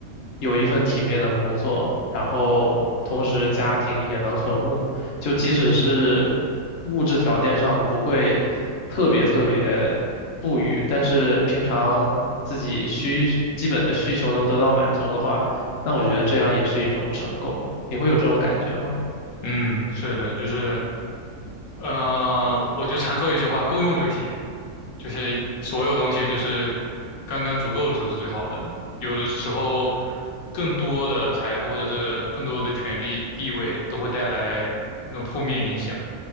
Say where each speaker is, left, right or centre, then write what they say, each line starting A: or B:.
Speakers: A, on the left (about 55°); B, on the left (about 75°).
A: 有一份体面的工作，然后同时家庭也能和睦，就即使是物质条件上不会特别特别富裕，但是平常自己需基本的需求能得到满足的话，那我觉得这样也是一种成功。你会有这种感觉吗？
B: 嗯，是的，就是。呃，我就常说一句话，够用就行。就是所有东西就是刚刚足够的时候是最好的。有的时候，更多的财富或者是更多的权利、地位都会带来那种负面影响。